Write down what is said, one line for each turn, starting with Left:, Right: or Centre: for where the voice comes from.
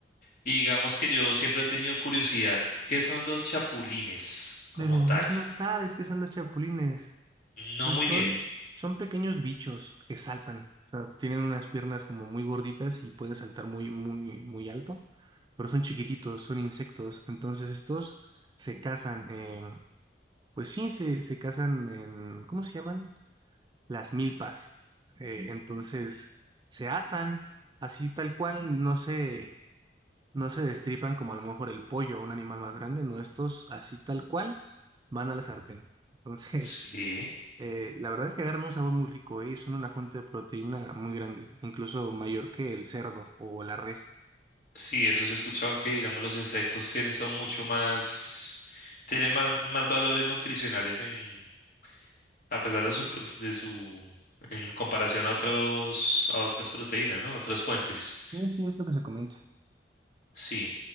Left: Y digamos que yo siempre he tenido curiosidad, ¿qué son los chapulines como
Right: De verdad
Left: tal?
Right: no sabes qué son los chapulines.
Left: No
Right: Pues
Left: muy
Right: son,
Left: bien.
Right: son pequeños bichos que saltan. O sea, tienen unas piernas como muy gorditas y pueden saltar muy, muy, muy alto, pero son chiquititos, son insectos. Entonces estos se cazan, eh, pues sí, se, se cazan en, ¿cómo se llaman? Las milpas. Eh, entonces se asan así tal cual, no se, no se destripan como a lo mejor el pollo o un animal más grande, no, estos así tal cual van a la sartén. <laughs> Entonces...
Left: Sí,
Right: Eh, la verdad es que agarran un sabor muy rico, eh, y son una fuente de proteína muy grande, incluso mayor que el cerdo o la res.
Left: sí, eso sí he escuchado que, digamos, los insectos tienen, son mucho más, tienen más, más valores nutricionales en, a pesar de su, de su, en comparación a otros, a otras proteínas, ¿no? Otras fuentes.
Right: Sí, sí, es lo que se comenta.
Left: Sí.